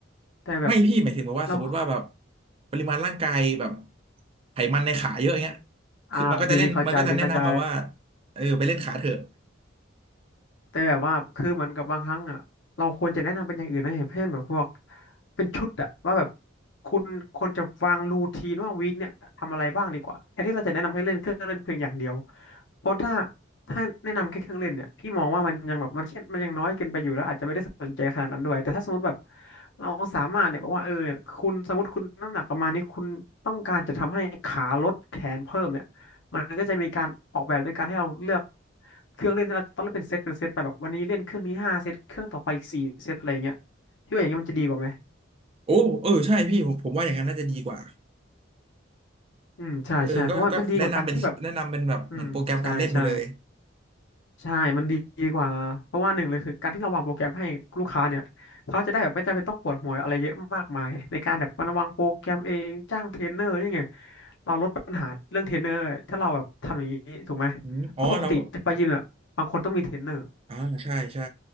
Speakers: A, on the left; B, on the right.
A: แต่แบบ
B: ไม่พี่หมายถึงแบบว่าสมมติว่าแบบ
A: เรา
B: ปริมาณร่างกายแบบไขมันในขาเยอะอย่างเงี้ย
A: อ่าพี่พี่เข้าใจพี่เข้าใจ
B: คือมันก็จะเล่นมันก็จะแนะนำแบบว่าเออไปเล่นขาเถอะ
A: แต่แบบว่าคือเหมือนกับบางครั้งอ่ะเราควรจะแนะนำเป็นอย่างอื่นนะอย่างเช่นแบบพวกเป็นชุดอ่ะว่าแบบคุณควรจะวางรูทีนว่าวีคเนี่ยทำอะไรบ้างดีกว่าแทนที่เราจะแนะนำให้เล่นเครื่องเล่นเพียงอย่างเดียวเพราะถ้าถ้าแนะนำแค่เครื่องเล่นเนี่ยพี่มองว่ามันยังแบบมันแค่มันยังน้อยเกินไปอยู่แล้วอาจจะไม่ได้สนใจขนาดนั้นด้วยแต่ถ้าสมมติแบบเราสามารถเนี่ยบอกว่าเออเนี่ยคุณสมมติคุณน้ำหนักประมาณนี้คุณต้องการจะทำให้ขาลดแขนเพิ่มเนี่ย มันก็จะมีการออกแบบด้วยการให้เราเลือกเครื่องเล่นที่เราต้องเล่นเป็นเซตเป็นเซตไปแบบวันนี้เล่นเครื่องนี้ห้าเซตเครื่องต่อไปอีกสี่เซตอะไรอย่างเงี้ยพี่ว่าอย่างเงี้ยมันจะดีกว่าไหม
B: โอ้เออใช่พี่ผมผมว่าอย่างนั้นน่าจะดีกว่า
A: อืมใช่ใช่เพราะว่ามันดีกว่าการที่แบบ
B: เออก็ก็แนะนำเป็นแนะนำเป็นแบบเหมือนโปรแกรมการเล่นไปเลย
A: อืมใช่ใช่ใช่มันดีกว่าเพราะว่าหนึ่งเลยคือการที่เราวางโปรแกรมให้ลูกค้าเนี่ยเขาจะได้แบบไม่จำเป็นต้องปวดหัวอะไรเยอะมากมายในการแบบมาวางโปรแกรมเองจ้างเทรนเนอร์นี่ไงเราลดปัญหาเรื่องเทรนเนอร์ถ้าเราแบบทำอย่างนี้ถูกไหมเพราะปกติจะไปยิมเนี่ยบางคนต้องมีเทรนเนอร์
B: อมอ๋อเราอ่าใช่ใช่